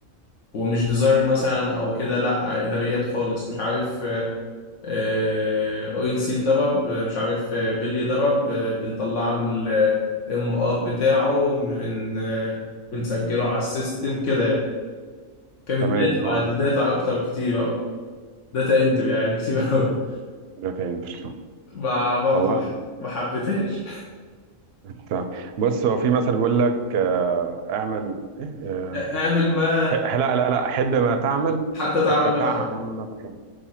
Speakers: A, on the left; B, on the right.
A: ومش ديزاين مثلا أو كده لأ إداريات خالص مش عارف آه، أويل سيل ضرب مش عارف آه، بلي ضرب آه، بنطلع له ال ام ار بتاعه بن- بن- آه، بنسجله على السيستم كده يعني. كانت
B: تمام
A: داتا
B: اه
A: بقى دي داتا أكتر كتير أوي داتا انتر يعني كتير قوي
B: ده تاني <laughs>
A: ما برضه
B: والله
A: ما حبيتهاش
B: انت بص هو في مثل بيقول لك آه، اعمل إيه؟ آه،
A: اعمل ما
B: ح- لا لا لا احب ما تعمل
A: حتى
B: حتى
A: تعمل ما
B: تعمل
A: تحب
B: ما تحب